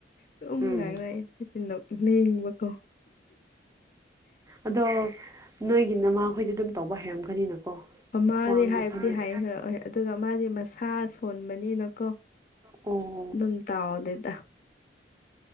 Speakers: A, on the left; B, on the right.
A: ꯗꯨꯝ
B: ꯎꯝ
A: ꯉꯥꯡꯅꯤ ꯅꯣꯛꯅꯤꯡꯕꯀꯣ
B: ꯑꯗꯣ ꯅꯣꯏꯒꯤ ꯅꯃꯈꯣꯏꯗꯤ ꯑꯗꯨꯝ ꯇꯧꯕ ꯍꯩꯔꯝꯒꯅꯤꯅꯀꯣ
A: ꯃꯃꯥꯗꯤ
B: ꯈ꯭ꯋꯥꯡꯒꯤ
A: ꯍꯥꯏꯕꯗꯤ
B: ꯐꯅꯦꯛ
A: ꯍꯥꯏ ꯍꯣꯏ ꯑꯗꯨꯒ ꯃꯥꯗꯤ ꯃꯁꯥ ꯁꯣꯟꯕꯅꯤꯅꯀꯣ
B: ꯑꯣ
A: ꯗꯨꯝ ꯇꯥꯎꯗꯦꯗ